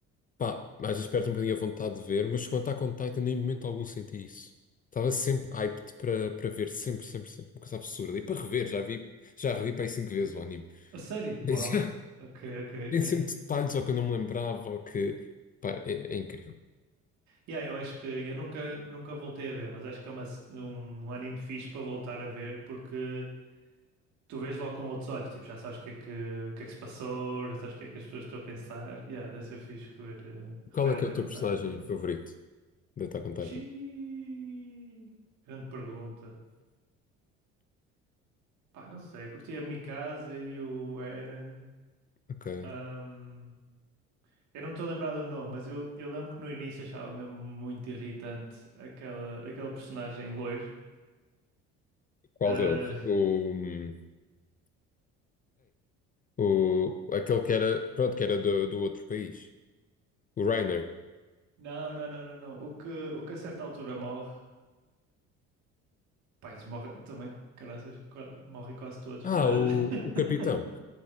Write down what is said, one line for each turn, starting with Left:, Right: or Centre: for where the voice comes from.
Left: pá, às vezes perde um bocadinho a vontade de ver, mas quando está com Titan, nem em momento algum senti isso. Estava sempre hyped para para ver, sempre, sempre, sempre. Uma coisa absurda. E para rever, já vi, já revi para aí cinco vezes o anime.
Right: A sério?
Left: <laughs> Já-
Right: Uau. Ok, ok, ok.
Left: Tem sempre detalhes ou que eu não me lembrava, ou que. Pá, é, é incrível.
Right: Yeah, eu acho que eu nunca, nunca voltei a ver, mas acho que é uma, s- um um anime fixe para voltar a ver porque tu vês logo com outros olhos, tipo, já sabes o que é que, o que é que se passou, já sabes o que é que as pessoas estão a pensar. Yeah, deve ser fixe rever, eh,
Left: Qual
Right: rever
Left: é
Right: Attack
Left: que é o teu
Right: on
Left: personagem
Right: Titan. por acaso.
Left: favorito de Attack on Titan?
Right: Xiii. Grande pergunta. Pá, não sei, eu curti a Mikasa e o Eren.
Left: Ok.
Right: ahm, eu não me estou a lembrar do nome, mas eu, eu lembro que no início achava mesmo muito irritante aquela, aquele personagem loiro.
Left: Qual
Right: Ah,
Left: deles? O. O, aquele que era, pronto, que era do, do outro país. O Reiner.
Right: não, não, não, não, não. O que, o que a certa altura morre. Pá, eles morrem também, caraças, qua- morrem quase todos,
Left: Ah,
Right: mas.
Left: o,
Right: <laughs>
Left: o capitão.